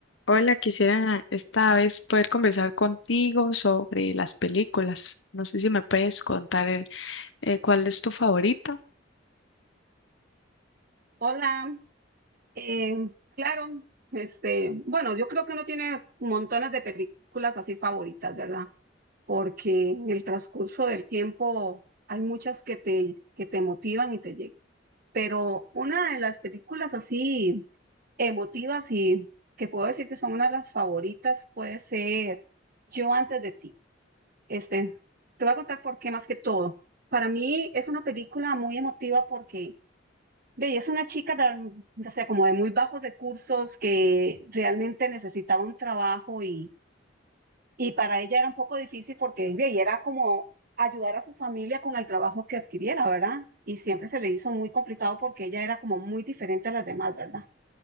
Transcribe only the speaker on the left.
Hola, quisiera esta vez poder conversar contigo sobre las películas. No sé si me puedes contar eh, eh, cuál es tu favorita.